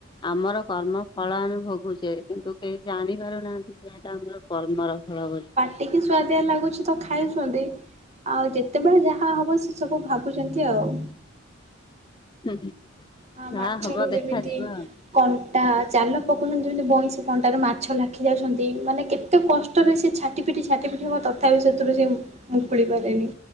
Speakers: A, on the left; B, on the right.
A: ଆମର କର୍ମ ଫଳ ଆମେ ଭୋଗୁଚେ କିନ୍ତୁ କେହି ଜାଣି ପାରୁନାହାନ୍ତି ଯେ ଏଇଟା ଆମର କର୍ମର <unintelligible>
B: ଟିକ ସୁଆଦିଆ ଲାଗୁଛି ତ ଖାଉଛନ୍ତି। ଆଉ ଯେତେବେଳେ ଯାହା ହବ ସେ ସବୁ ଭାବୁଛନ୍ତି ଆଉ।
A: ହୁଁ ହୁଁ।
B: ଆ
A: ଯାହା
B: ମାଛରେ
A: ହବ
B: ଯେମିତି
A: ଦେଖାଯିବ ଆଉ।
B: କଣ୍ଟା, ଜାଲ ପକଉଛନ୍ତି ଯେମିତି ବଇଁଶି କଣ୍ଟାରେ ମାଛ ଲାଖି ଯାଉଛନ୍ତି ମାନେ କେତେ କେତେ କଷ୍ଟରେ ସେ ଛାଟି ପିଟି ଛାଟି ପିଟି ହବ ତଥାପି ସେଥିରୁ ସେ ମୁ ମୁକୁଳି ପାରେନି।